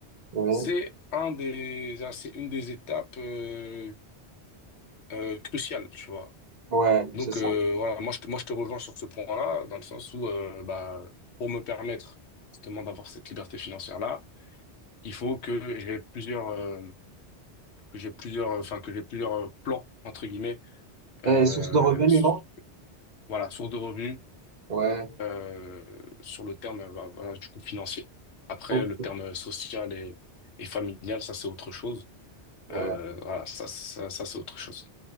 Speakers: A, on the right; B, on the left.
A: ouais,
B: C'est un des, ah, c'est une des étapes euh, euh, cruciales, tu vois.
A: ouais,
B: Donc
A: c'est ça.
B: euh, voilà, moi je, te- moi je te rejoins sur ce point-là, dans le sens où euh, bah, pour me permettre justement d'avoir cette liberté financière-là, il faut que j'ai plusieurs, euh, que j'ai plusieurs, enfin que j'ai plusieurs euh, plans entre guillemets, euh,
A: Euh, source de revenus,
B: s-
A: non?
B: voilà, sources de revenus
A: Ouais,
B: euh, sur le terme, euh, bah, voilà, du coup, financier. Après,
A: ok,
B: le terme social et, et familial, ça, c'est autre chose.
A: ouais.
B: Euh, voilà, ça, ça, ça, c'est autre chose.